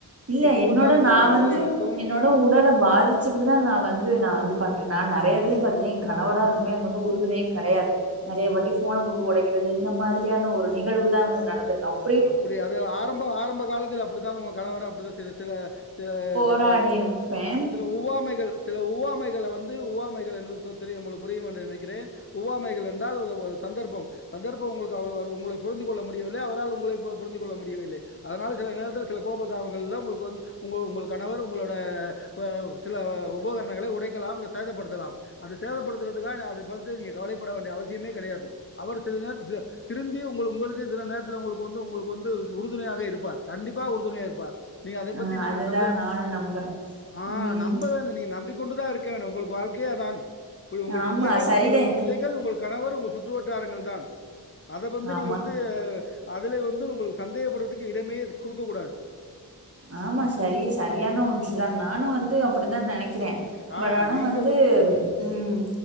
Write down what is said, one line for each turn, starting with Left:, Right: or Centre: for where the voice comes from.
Right: இல்ல
Left: சுற்று
Right: என்னோட
Left: வட்டாரங்களுக்குள்
Right: நா வந்து
Left: நிறைய இருக்கும்
Right: என்னோ னு உடல பாதிச்சுக்கிட்டுதா நா வந்து நா வந்து பண்ற நா நறய இதுலயு பாத்தே ஏ கணவராக இருக்குமே எனக்கு வந்து உறுதுணையே கடையாது நெறய வாட்டி ஃபோன போட்டு ஒடைக்கிறது இந்த மாரியான ஒரு நிகழ்வு தா வந்து நடந்துருக்கா அப்
Left: அப்புடி அது ஆரம்ப ஆரம்ப காலத்துல அப்புடித்தா உங்க கணவர் அப்புடிதா சில சில சில
Right: போராடி
Left: சில
Right: இருப்பேன்.
Left: சில உவ்வாமைகள் சில உவ்வாமைகள வந்து உவ்வாமைகள் என் தொ தெரியும் உங்குளுக்கு புரியு என்று நினைக்கிறேன் உவ்வாமைகள் என்றால் ஒரு சந்தர்ப்பம் சந்தர்ப்போ உங்களுக்கு அவுர அவர புரிந்து கொள்ள முடியவில்லை அவரால் உங் உங்களை இப்போ புரிந்து கொள்ள முடியவில்லை அதனால சில நேரத்துல சில கோப தாபங்கள்ல உங்களுக்கு வந்து உங்க உங்கள் கணவர் உங்களோட இப்ப சில உபகரணங்களை உடைக்கலாம் இல்ல சேதப்படுத்தலாம் அத சேதப்படுத்துறதுக்காக அது பாத்து நீங்க கவலைப்பட வேண்டிய அவசியமே கெடையாது அவர் சில நேரத்து சில திருந்தியே உங்கள் உங்களுக்கு சில நேரத்துல உங்களுக் வந்து உங்குளுக்கு வந்து உறுதுணையாக இருப்பார் கண்டிப்பா உறுதுணையா இருப்பார் நீங்க அத
Right: அ
Left: பத்தி நீங்கள்
Right: அதுதான்
Left: சந்தே
Right: நானும் நம்புறேன்.
Left: ஆ
Right: ம்.
Left: நம்பதானே நீங்க நம்பிக்கு கொண்டுதா இருக்கேன் உங்களுக்கு வாழ்க்கையே அதான் உங்கள்
Right: ஆமா
Left: பிள்ளைகள்
Right: சரிதான்.
Left: உங்கள்
Right: இது
Left: பிள்ளைகள் உங்கள் கணவர் உங்கள் சுற் று வட்டாரங்கள் தான் அத வந்து
Right: ஆமா.
Left: நீங்க வந்து அதுலே வந்து உங்களுக்கு சந்தேகப்படுறதுக்கு இடமே குடுக்கக் கூடாது
Right: ஆமா சரி சரியான ஒன்றுதான் நானு வந்து அப்புடிதான் நெனைக்கிறே
Left: ஆ
Right: பட் ஆனா
Left: நீங்கள்
Right: வந்து ம்